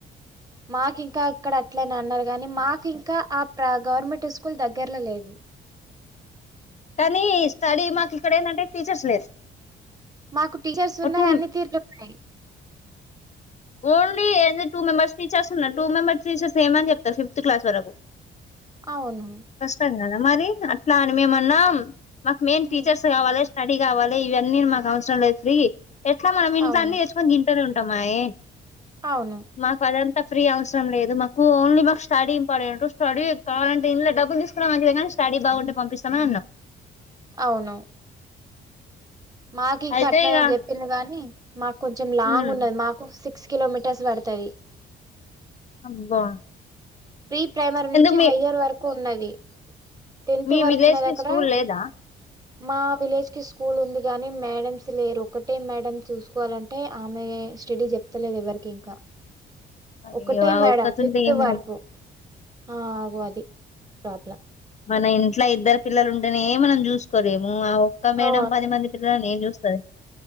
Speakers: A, on the right; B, on the left.
A: మాకు ఇంకా ఇక్కడ అట్లనే అన్నారు గానీ మాకు ఇంకా ఆ ప్ర గవర్నమెంట్ స్కూల్ దగ్గరలో లేదు
B: కానీ స్టడీ మాకు ఇక్కడ ఏందంటే టీచర్స్ లేరు
A: మాకు టీచర్స్ ఉన్నాయి
B: టూ
A: అన్ని తీర్లు ఉన్నాయి.
B: ఓన్లీ ఏంది టూ మెంబర్స్ టీచర్స్ ఉన్నారు టూ మెంబర్స్ టీచర్స్ ఎం అని చెప్తారు ఫిఫ్త్ క్లాస్ వరకు
A: అవును
B: కష్టం కదా మరి అట్లా అని మేము అన్నాం మాకు మెయిన్
A: హ్మ్.
B: టీచర్స్ కావాలి స్టడీ కావాలి ఇవన్నీ మాకు అవసరం లే ఫ్రీ ఎట్లా మనం ఇంట్లో
A: అవును.
B: అన్నితెచ్చుకొని తింటేనే ఉంటాంమాయే
A: అవును.
B: మాకు అదంతా ఫ్రీ అవసరం లేదు మాకు ఓన్లీ మాకు స్టడీ ఇంపార్టెంట్ స్టడీ కావాలంటే ఇందులో డబ్బు లు తీసుకున్నా మంచిది గానీ స్టడీ బాగుంటే పంపిస్తామని అన్నారు
A: అవునా మాకు ఇంకా
B: అయితే
A: అట్లా
B: ఇగ
A: నని చెప్పింది కాగానీ మాకు కొంచెం లాంగ్
B: ఉమ్
A: ఉన్నది మాకు సి సిక్స్ కిలోమీటర్స్ పడుతుంది
B: అబ్బా
A: ప్రీ ప్రైమరీ నుంచి
B: ఎందుకు మీ
A: హయ్యర్ వరకు ఉన్నది టెన్త్
B: మీ
A: వరకు
B: విలేజ్
A: ఉన్నది
B: కి
A: అక్కడ
B: స్కూల్ లేదా
A: మా విలేజ్ కి స్కూల్ ఉంది కాగాని మేడమ్స్ లేరు ఒక్కటే మేడమ్ చూసుకోవాలంటే ఆమె స్టడీ చెప్తలేదు ఎవరికి ఇంకా
B: అయ్యో
A: ఒకటే
B: ఆ
A: మేడం
B: ఒక్కతుంటే
A: ఫిఫ్త్
B: ఏమి
A: వరకు ఆ ఆ అది ప్రాబ్లమ్
B: మన ఇంట్లో ఇద్దరు పిల్లలు ఉంటేనే మనం చూసు కోలేేము ఒక్క మేడం
A: ఆ!
B: పది మంది పిల్లలని ఏం చూస్తారు